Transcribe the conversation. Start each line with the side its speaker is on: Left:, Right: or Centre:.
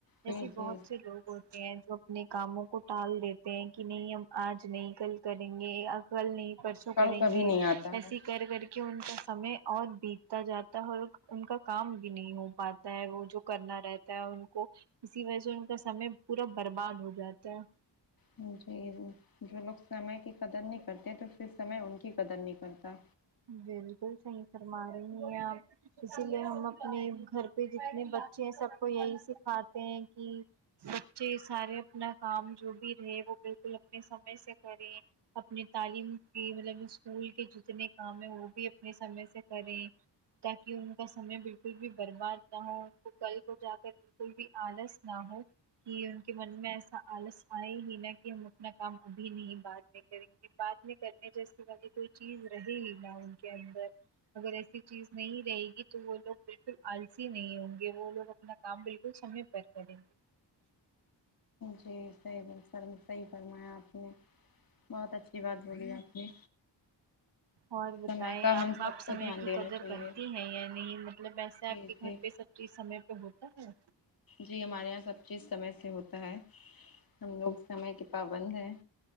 Right: ایسے
Left: جی جی
Right: بہت سے لوگ ہوتے ہیں جو اپنے کاموں کو ٹال دیتے ہیں کی نہیں ہم آج نہیں کل کریں گے کل نہیں پرسوں
Left: کل
Right: کریں
Left: کبھی
Right: گے
Left: نہیں آتا
Right: ایسے
Left: ہے
Right: کر کر کے ان کا سمے اور بیتتا جاتا ہے اور ان کا کام بھی نہیں ہو پاتا تا ہے وہ جو کرنا رہتا ہے ان کو اسی وجہ سے ان کا سمے پورا برباد ہو جاتا ہے
Left: جی جو لوگ سمے کی قدر نہیں کرتے تو پھر سمے ان کی قدر نہیں کرتا
Right: بالکل صحیح فرما رہی ہیں آپ اسی لیے ہم اپنے گھر پے جتنے بچے ہیں سب کو یہی سکھاتے ہیں کی بچے سارے اپنا کام جو بھی رہے وہ بالکل اپنے سمے سے کریں اپنی تعلیم کی مطلب اسکول کے جتنے کام ہیں وہ بھی اپنے سمے سے کریں تاکی ان کا سمے بالکل بھی برباد نہ ہو ان کو کل کو جا کر بالکل بھی آلس نہ ہو کی ان کے من میں ایسا آلس آئے ہی نا کی ہم اپنا کام ابھی نہیں بعد میں کریں گے بعد میں کرنے جیسی والی کوئی چیز رہے ہی نا ان کے اندر اگر ایسی چیز نہیں رہے گی تو وہ لوگ بالکل آلسی نہیں ہوں گے وہ لوگ اپنا کام بالکل سمے پر کریں گے
Left: جی صحیح بات فرما صحیح فرمایا آپ نے بہت اچھی بات بولی آپ نے
Right: اور بتائیں
Left: سمے کا
Right: آپ
Left: ہم سب
Right: آپ
Left: کو
Right: سمے
Left: دھیان
Right: کی
Left: دینا
Right: قدر
Left: چاہیے
Right: کرتی ہیں یا نہیں مطلب ایسے
Left: جی
Right: آپ کے گھر
Left: جی
Right: پے سب چیز سمے پے ہوتا ہے
Left: جی ہمارے یہاں سب چیز سمے سے ہوتا ہے ہم لوگ سمے کی پابند ہیں